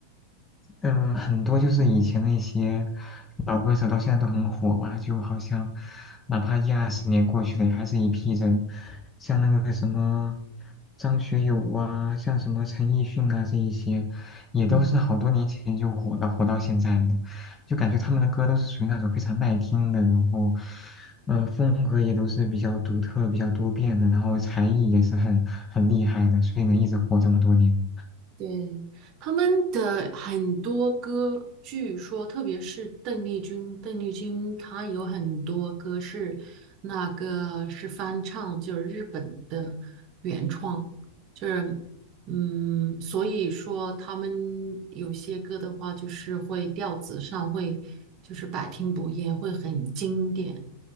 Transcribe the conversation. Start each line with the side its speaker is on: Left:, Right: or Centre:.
Left: 嗯，很多就是以前的一些老歌手到现在都很火吧，就好像哪怕一二十年过去了，还是一批人，像那个什么张学友啊，像什么陈奕迅啊这一些，也都是好多年前就火的，
Right: 嗯。
Left: 火到现在的，就感觉他们的歌都是属于那种非常耐听的，然后，呃，风格也都是比较独特、比较多变的，然后才艺也是很很厉害的，所以能一直火这么多年。
Right: 对，他们的很多歌，据说特别是邓丽君，邓丽君她有很多歌是那个是翻唱，就是日本的原创，就是嗯，所以说他们有些歌的话，就是会调子上会就是百听不厌，会很经典，